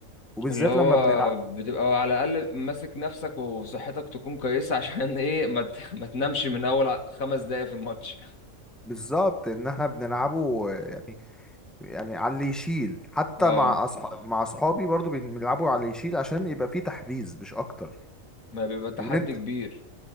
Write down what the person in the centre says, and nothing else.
وبالذات
لما بنلعب
بالظبط ان احنا بنلعبه يعني يعني على اللي يشيل حتى
مع أصح... مع اصحابي برضو بنلعبوا على اللي يشيل عشان يبقى فيه تحفيز مش اكتر
ان انت